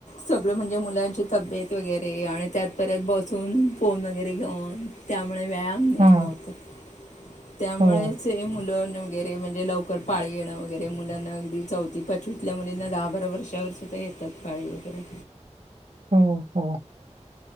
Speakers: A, on the left; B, on the right.
A: सगळं म्हणजे मुलांची तब्येत वगैरे आणि त्यातपर्त बसून फोन वगैरे घेऊन. त्यामुळे व्यायाम नाही
B: हां.
A: होत त्यामुळेच
B: हो,
A: हे मुलं नव्ह. वगैरे म्हणजे लवकर पाळी येणं वगैरे मुलांना अगदी चौथी पचवीतल्या मुलींना दहा बारा वर्षावर सुद्धा येतात. पाळी वगैरे
B: हो हो